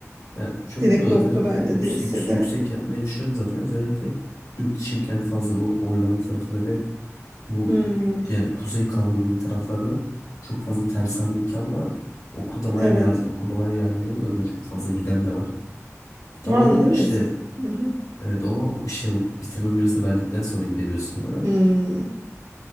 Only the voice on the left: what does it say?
yani çok
iyi zaten
yüksek,
yüksek yapmayı düşünüyorum zaten özellikle yurt dışı imkanı fazla bu Hollanda tarafında ve Bu
yani Kuzey Kanada dediği taraflarda çok fazla tersane imkanı var. Okulda bayağı
yar okulda bayağı yardımcı oluyor zaten çok fazla giden de var. Ama
onu
işte
evet ama işte bu bitirme videosunu verdikten sonra gidebiliyorsun onlara.